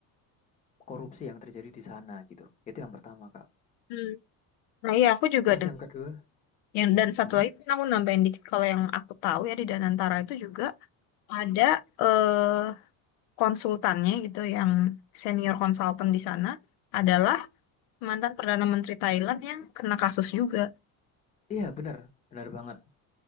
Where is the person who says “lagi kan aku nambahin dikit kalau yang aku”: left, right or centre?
Left